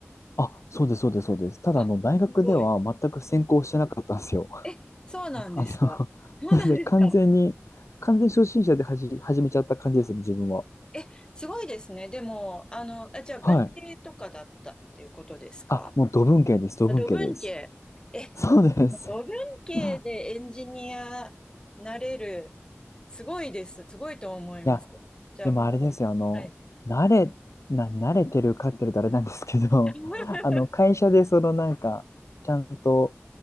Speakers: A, on the left; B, on the left.
A: あ、そうです、そうです、そうです。ただ、
B: あ、
A: あの、
B: すごい。
A: 大学では全く専攻してなかったんですよ。<laughs>
B: え、そうなんですか。
A: あの、
B: そうなんですか。
A: なので完全に、完全初心者ではじ、始めちゃった感じですね、自分は。
B: え、すごいですね。でも、あの、あ、じゃあ、文系とかだったっていうことですか
A: はい。あ、もう土文系です、土文系です。
B: あ、土文系。え、
A: <laughs> そうです。
B: 五分系でエンジニアなれる、
A: い
B: すごいです。すごいと思います。
A: や、
B: じゃあもう、
A: でもあれですよ、あの、
B: はい。
A: 慣れ、な、慣れてるかってるとあれなんですけど、
B: <laughs>
A: <laughs> あの、会社でそのなんか、ちゃんと、